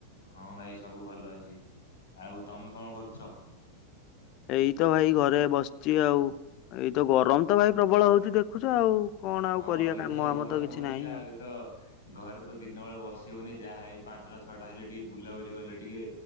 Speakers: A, on the left; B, on the left.
A: ହଁ ଭାଇ ସବୁ ଭଲ ଅଛି ଆଉ ତମେ କଣ କରୁଛ?
B: ଏଇ ତ ଭାଇ ଘରେ ବସିଛି ଆଉ ଏଇତ ଗରମ ତ ଭାଇ ପ୍ରବଳ ହଉଛି ଦେଖୁଛ ଆଉ। କଣ ଆଉ
A: ହଁ
B: କରିବା
A: ଏଇ
B: କାମ
A: ତ ଏଇ
B: ଆମ
A: ଗରମ
B: କିଛି
A: ହଉଚି
B: ନାହିଁ
A: ଆଉ ଏଇତ। ଘରେ ତ ଦିନ ବେଳେ ବସି ହଉନି ଯାହା ଏଇ ପାଞ୍ଚଟା ଛଅଟା ହେଲେ ଟିକେ ବୁଲାବୁଲି କଲେ ଟିକେ